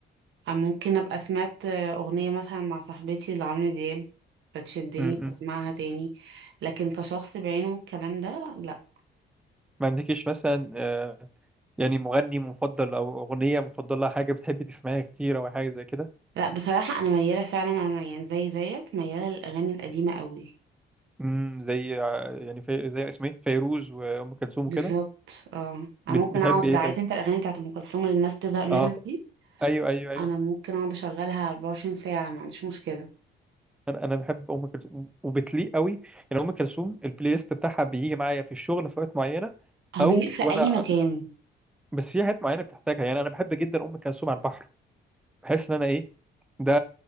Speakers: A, on the right; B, in the centre.
A: أو ممكن أبقى سمعت أغنية مثلا مع صاحبتي لعمرو دياب فتشدني
B: م-
A: فاسمعها
B: م.
A: تاني لكن كشخص بعينه والكلام ده لأ
B: ما عندكيش مثلا آه، يعني مغني مفضل او اغنيه مفضله حاجه بتحبي تسمعيها كتير او حاجه زي كده
A: لأ بصراحة أنا ميالة فعلا أنا يعني زي زيك ميالة للأغاني القديمة قوي
B: م، زي آه، يعني في... زي اسمه ايه فيروز وام كلثوم
A: بالظبط
B: وكده
A: اه أنا
B: بت...
A: ممكن
B: بتحبي
A: أقعد
B: ايه
A: عارف
B: طيب
A: انت الأغاني بتاعت أم كلثوم اللي الناس تزهق منها
B: اه
A: دي
B: ايوه ايوه ايوه
A: أنا ممكن أقعد أشغلها 24 ساعة ما عنديش مشكلة
B: انا انا بحب ام كلثوم وبتليق قوي يعني ام كلثوم البلاي ليست بتاعها بيجي معايا في الشغل في وقت معينه
A: هو
B: او
A: بيليق في
B: وانا
A: اي مكان
B: بس في حاجات معينه بتحتاجها يعني انا بحب جدا ام كلثوم على البحر بحس ان انا ايه ده